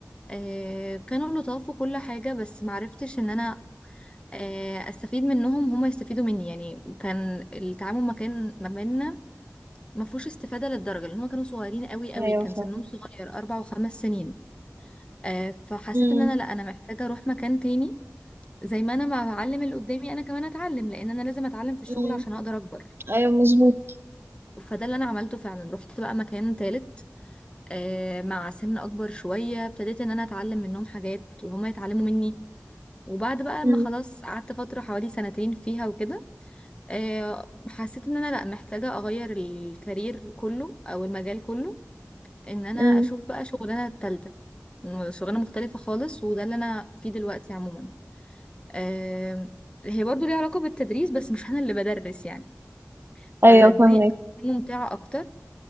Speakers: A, on the left; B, on the right.
A: أه، كانوا لطاف وكل حاجه بس معرفتش ان انا أه، استفيد منهم هما يستفيدوا مني يعني كان التعامل ما كان ما بيننا ما فيهوش استفادة للدرجة لأن هما كانوا صغيرين قوي قوي
B: ايوه
A: كان
B: فاهمة
A: سنهم صغير أربع وخمس سنين آه فحسيت
B: امم
A: إن أنا لأ أنا محتاجة أروح مكان تاني زي ما أنا ما بعلم اللي قدامي أنا كمان أتعلم لأن أنا لازم أتعلم في الشغل
B: امم
A: عشان أقدر أكبر
B: ايوه مظبوط
A: فده اللي أنا عملته فعلا رحت بقى مكان تالت آه مع سن أكبر شوية ابتديت إن أنا أتعلم منهم حاجات وهما يتعلموا مني وبعد بقى
B: امم
A: ما خلاص قعدت فترة حوالي سنتين فيها وكده آه حسيت إن أنا لأ محتاجة أغير الكارير كله أو المجال كله ان انا
B: امم
A: اشوف بقى شغلانه التالتة م- شغلانه مختلفه خالص وده اللي انا فيه دلوقتي عموما آم، هي برضو ليها علاقه بالتدريس بس مش انا اللي بدرس يعني
B: ايوه
A: فدي
B: فاهمك
A: ممتعه اكتر